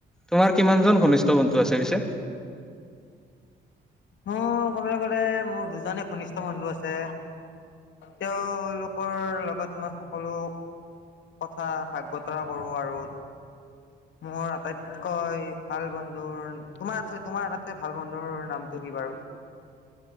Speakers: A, in the centre; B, on the left.
A: তোমাৰ কিমান জন ঘনিষ্ঠ বন্ধু আছে পিছে?
B: মোৰ ক'বলৈ গ'লে মোৰ দুজনে ঘনিষ্ঠ বন্ধু আছে। তেওঁলোকৰ লগত মই সকলো কথা ভাগ বতৰা কৰোঁ আৰু। মোৰ আটাইতকৈ ভাল বন্ধুৰ তোমাৰ, তোমাৰ আটাইতকৈ ভাল বন্ধুৰ নামটো কি বাৰু?